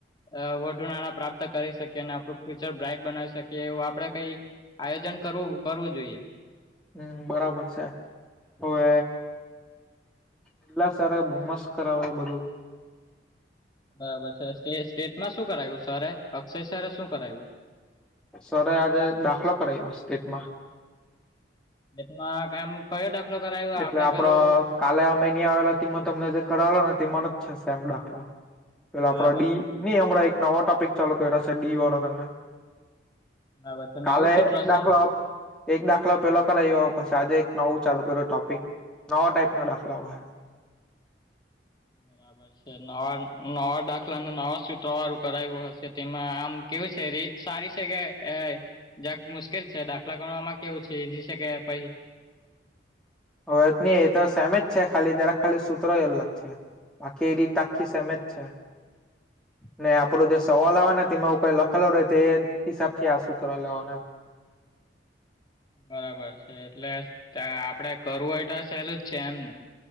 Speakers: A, on the left; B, in the centre.
A: અ વધુ નાણાં પ્રાપ્ત કરી શકીએ અને આપણું ફ્યુચર બ્રાઈટ બનાવી શકીએ એવું આપણે કઈ આયોજન કરવું કરવું જોઈએ.
B: હમ, બરાબર છે. હવે એટલા સારા બુમ્મસ કરાવવા બધું
A: બરાબર છે. સ્ટેસ સ્ટેટમાં શું કરાયું સરે, અક્ષય સરે શું કરાયું?
B: સર આજે દાખલો કરાવ્યો સ્ટેટમાં.
A: બેટમાં કામ કયો દાખલો કરાયો?
B: એટલે
A: આપડે
B: આપડ
A: પેલું
B: કાલે અમેની આવેલા તેમાં તમને જે કરાવેલો ને તેમાંનો જ છે સેમ દાખલો. પેલા આપડા
A: બરાબર
B: ડી નઈ હમણાં એક નવો ટોપિક ચાલુ કરશે ડી વારો તમને.
A: બરાબર છે નવું
B: કાલે
A: સૂત્ર
B: એક
A: છે.
B: દાખલો એક દાખલો પેલા કરાવ્યો પછી આજે એક નવું ચાલુ કર્યું ટો કઈક નવા ટાઈપના દાખલાઓ હે.
A: બરાબર છે. નવા નવા દાખલાને નવા સૂત્રવારું કરાયું હશે તેમાં આમ કેવું છે? રીત સારી છે કે એ જરાક મુશ્કેલ છે. દાખલા ગણવામાં કેવું છે ઈ જ છે કે પહી
B: હોવે નહીં એ તો સેમે જ છે ખાલી, જરાક ખાલી સૂત્રોય અલગ છે. બાકી એ રીત આખી સેમ જ છે, ને આપડો જે સવાલ આવે ને તીમાં હું કઈ લ ખેલો રહેે તે હિસાબથી આ સુત્ર લેવાનો એમ.
A: બરાબર છે, એટલે આપડે કરવું હોય તો સહેલું જ છે એમને